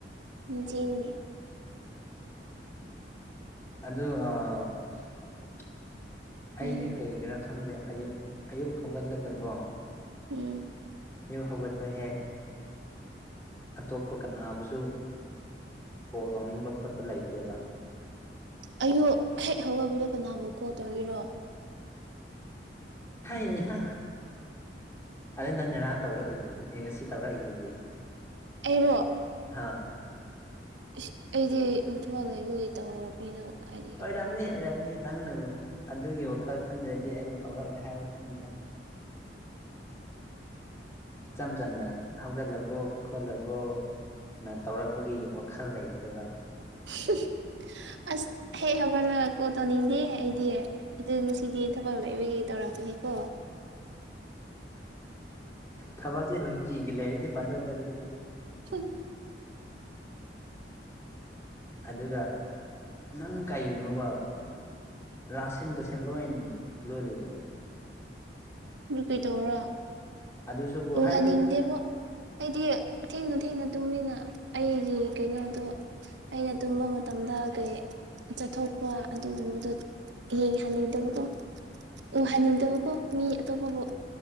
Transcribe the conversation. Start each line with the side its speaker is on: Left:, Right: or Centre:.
Right: ꯅꯆꯦ ꯅꯤꯅꯦ
Left: ꯑꯗꯨ ꯑꯥ ꯑꯥꯩꯗꯤ
Right: ꯎꯝ
Left: ꯀꯩꯒꯤꯔꯥ ꯈꯪꯗꯦ ꯑꯌꯨꯛ ꯑꯌꯨꯛ ꯍꯧꯒꯠꯂꯒꯀꯣ
Right: ꯎꯝ
Left: ꯑꯌꯨꯛ ꯍꯧꯒꯠꯄ ꯍꯦꯛ ꯑꯇꯣꯞꯄ ꯀꯅꯥꯕꯨꯁꯨ ꯀꯣꯜ ꯇꯧꯅꯤꯡꯕ ꯈꯣꯠꯄ ꯂꯩꯇꯦꯕ
Right: ꯑꯌꯨꯛ ꯍꯦꯛ ꯍꯧꯒꯠꯄꯗꯣ ꯀꯅꯥꯕꯨ ꯀꯣꯜ ꯇꯧꯔꯤꯔꯣ
Left: ꯍꯩꯍꯥ ꯑꯗꯩ ꯅꯪ ꯉꯔꯥꯡ ꯇꯧꯔꯛꯏꯗꯨꯗꯤ ꯑꯦ ꯉꯁꯤ ꯇꯧꯔꯛꯏꯗꯨꯗꯤ
Right: ꯑꯩꯔꯣ
Left: ꯍꯣꯏ
Right: ꯏꯁ ꯑꯩꯗꯤ ꯎꯝ ꯊꯕꯛ ꯂꯩꯕꯒꯤ ꯇꯧꯔꯛꯄꯅꯤꯅ ꯀꯗꯥꯏꯗꯒꯤ
Left: ꯑꯣꯏꯔꯝꯅꯤ ꯑꯣꯏꯔꯝꯅꯤ ꯅꯪꯅꯕꯨ ꯑꯗꯨꯒꯤ ꯋꯥꯈꯜ ꯈꯟꯗ꯭ꯔꯗꯤ ꯑꯩꯕꯨ ꯇꯧꯔꯛꯑꯣꯏ ꯍꯥꯏꯕ ꯈꯪꯉꯤꯗ ꯏꯆꯝ ꯆꯝꯅ ꯍꯧꯒꯠꯂꯕꯣ ꯈꯣꯠꯂꯕꯣ ꯅ ꯇꯧꯔꯛꯄꯒꯤ ꯋꯥꯈꯜ ꯂꯩꯇꯦꯕ
Right: <unintelligible> ꯑꯁ ꯍꯦꯛ ꯍꯧꯒꯠꯂꯒ ꯀꯣꯜ ꯇꯧꯅꯤꯡꯗꯦ ꯑꯩꯗꯤ ꯑꯗꯨ ꯉꯁꯤꯗꯤ ꯊꯕꯛ ꯂꯩꯕꯒꯤ ꯇꯧꯔꯛꯄꯅꯤꯀꯣ
Left: ꯊꯕꯛꯁꯦ ꯅꯨꯡꯇꯤꯒꯤ ꯂꯩꯔꯗꯤ ꯐꯗꯧꯕ ꯑꯗꯨꯗꯤ
Right: ꯍꯨꯝ
Left: ꯑꯗꯨꯒ ꯅꯪ ꯀꯩꯒꯤꯅꯣꯕ ꯂꯥꯁ ꯁꯤꯟꯒꯁꯦ ꯂꯣꯏꯟ ꯂꯣꯜꯂꯤꯗꯣ
Right: ꯗꯨ ꯀꯩꯗꯧꯔꯥ
Left: ꯑꯗꯨꯁꯨꯀꯣ
Right: ꯎꯍꯟꯅꯤꯡꯗꯦꯕꯣ
Left: ꯍꯥꯏꯗꯤ
Right: ꯑꯩꯗꯤ ꯊꯦꯡꯅ ꯊꯦꯡꯅ ꯇꯨꯝꯃꯤꯅ ꯑꯩꯒꯤ ꯀꯩꯅꯣꯗꯣ ꯑꯩꯅ ꯇꯨꯝꯕ ꯃꯇꯝꯗ ꯀꯩ ꯆꯠꯊꯣꯛꯄ ꯑꯗꯨꯒꯨꯝꯕꯗꯣ ꯌꯦꯡꯍꯟꯅꯤꯡꯗꯕꯗꯣ ꯎꯍꯟꯅꯤꯡꯗꯕꯀꯣ ꯃꯤ ꯑꯇꯣꯞꯄꯕꯨ